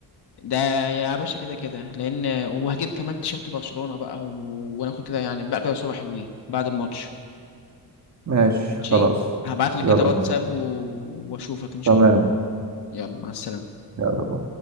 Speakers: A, on the left; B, on the right.
A: ده يا باشا كده كده لان وهجيب كمان تيشيرت برشلونة بقى و... وناخد كده يعني بقى كده صورة حلوين بعد الماتش
B: ماشي
A: ماشي
B: خلاص
A: هبعت لك
B: يلا
A: كده واتساب
B: بينا
A: و... واشوفك ان شاء
B: تمام
A: الله يلا مع السلامة
B: يلا باي.